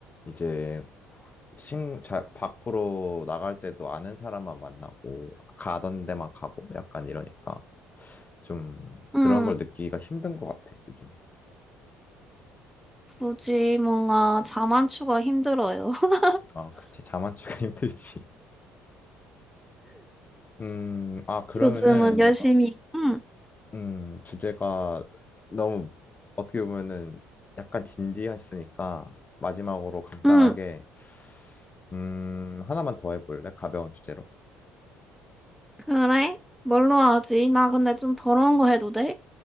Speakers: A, on the left (about 25°); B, in the centre.
A: 이제 친, 자, 밖으로 나갈 때도 아는 사람만 만나고 가던 데만 가고 약간 이러니까 좀
B: 응.
A: 그런 걸 느끼기가 힘든 것 같아, 요즘.
B: 굳이 뭔가 자만추가 힘들어요. <laughs>
A: 아, 그치. 자만추가 <laughs> 힘들지. 음, 아, 그러면은
B: 요즘은 열심히, 응,
A: 음, 주제가 너무 어떻게 보면은 약간 진지했으니까 마지막으로 간단하게
B: 응.
A: 음, 하나만 더 해볼래? 가벼운 주제로.
B: 그래? 뭘로 하지? 나 근데 좀 더러운 거 해도 돼?